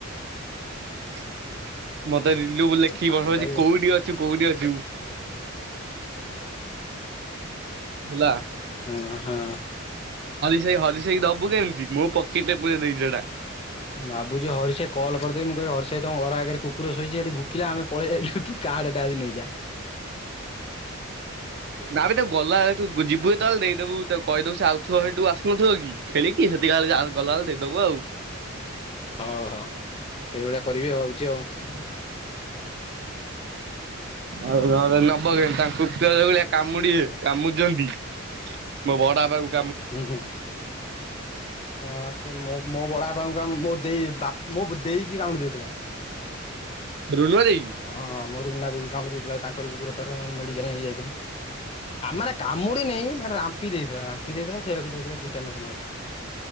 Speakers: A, on the right; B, on the left.
A: <inaudible> ମତେ ରିଲୁ ଲେଖି
B: ସେ ପାଗଟା
A: ପଠୋଉଛି
B: ବି ହଁ
A: କୋଉଠି ଅଛୁ କୋଉଠି ଅଛୁ? ବୁଲା
B: ହଁ ହଁ।
A: ସେଇ ହରି ସେଇ ଦବୁ କେମିତି ମୁଁ ପକେଟରେ ପୁରେ ଦେଇଚି ସେଟା।
B: ଭାବୁଚି ହରିଶ ଭାଇ କଲ୍ ମୁଁ କହିଦେବି ହରି ସହିତ ତମ ଘର ଆଗରେ କୁକୁର ଶୋଇଛି ସେଠି ଭୁକିଲା ଆମେ ପଳେଆଇଲୁ ତୁ କାର୍ଡ ଆସି ନେଇଯା।
A: ନା ବେ ତାକୁ ଗଲା ବେଳେ ତୁ ଯିବୁ ଯେତେବେଳେ ଦେଇଦେବୁ ତାକୁ କହିଦବୁ ଯାଉଥିବ ସେଠୁ ଆସୁନଥିବ କି ଖେଳିକି ସେତିକିବେଳେ ଗଲାବେଳେ ଦେଇଦବୁ ଆଉ।
B: ହଉ ହଉ ସେଇଭଳିଆ କରିବି ଭାବୁଛି ଆଉ।
A: ଆଉ ନବ କେମିତି ତାଙ୍କ କୁକୁର ଯୋଉ ଭଳିଆ କାମୁଡିିବେ କାମୁଡ଼ି ଦିଅନ୍ତି। ମୋ ବଡ ବାପା କୁ
B: ହୁଁ ହୁଁ ହଁ ସେ ମୋ ମୋ ବଡ ବାପାଙ୍କୁ କାମୁ ମୋ ଦେଇ ବାପ ମୋ ଦେଇକି କାମୁଡି ଦେଇଥିଲା।
A: ରୁନୁ ଭାଇ
B: ହଁ ମୋ ରୁନା ଦେଇକି କାମୁଡି ଦେଇଥିଲା ତାଙ୍କରି କୁକୁର ଥରେ ମେଡିକାଲ ନେଇକି ଯାଇଥିଲି। ମାନେ କାମୁଡିନି ମାନେ ରାମ୍ପି ଦେଇଥିଲା ରାମ୍ପି ଦେଇଥିଲା ସେୟାକୁ ଯାଇଥିଲା ଟିଟନାଶ ନବାକୁ